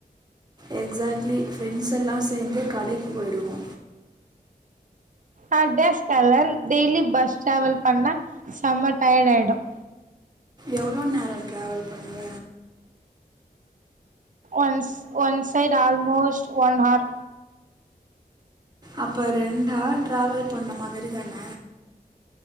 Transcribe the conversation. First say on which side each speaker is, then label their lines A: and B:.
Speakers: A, on the right; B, on the right.
A: எக்ஸாக்ட்லி ஃப்ரெண்ட்ஸ் எல்லா சேந்து கடைக்கு போயிடுவோ
B: அ, டேஸ்காலர் டெய்லி பஸ் ட்ராவல் பண்ணா செம்ம டயர்ட் ஆய்டும்
A: எவ்ளோ நேரம் டிராவல் பண்ணுவ?
B: Once one side almost one hour
A: அப்ப ரெண்டார் ட்ராவல் பண்ண மாதிரி தான